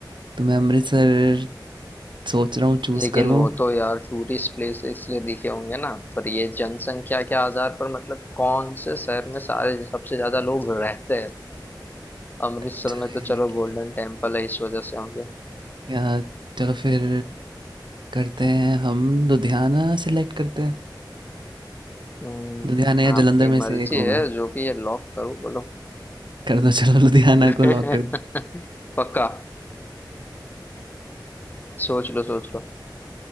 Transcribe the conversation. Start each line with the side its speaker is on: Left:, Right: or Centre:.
Right: तो मैं अमृतसर सोच रहा हूँ चूज़
Left: लेकिन
Right: करूँ
Left: वो तो यार टूरिस्ट प्लेस इसलिए दिखे होंगे ना पर ये जनसंख्या के आधार पर मतलब कौन से शहर में सारे सबसे ज्यादा लोग रहते हैं अमृतसर
Right: अच्छा रहने
Left: में तो चलो गोल्डन
Right: के लिए
Left: टेम्पल है इस वजह से होंगे
Right: या चलो फिर करते हैं हम लुधियाना सिलेक्ट करते हैं
Left: हम्म,
Right: लुधियाना या
Left: आपकी
Right: जलंधर में
Left: मर्जी
Right: से एक होगा
Left: है जो भी है लॉक करो बोलो
Right: कर दो चलो लुधियाना
Left: <laughs>
Right: को लॉक कर दो
Left: पक्का सोच लो सोच लो